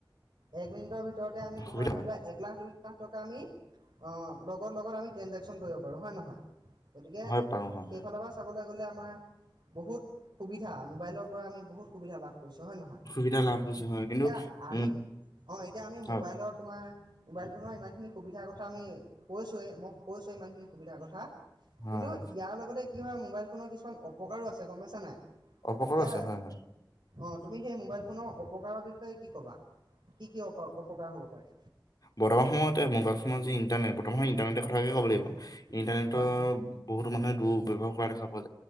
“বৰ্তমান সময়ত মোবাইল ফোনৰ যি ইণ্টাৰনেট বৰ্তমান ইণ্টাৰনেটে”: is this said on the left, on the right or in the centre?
Left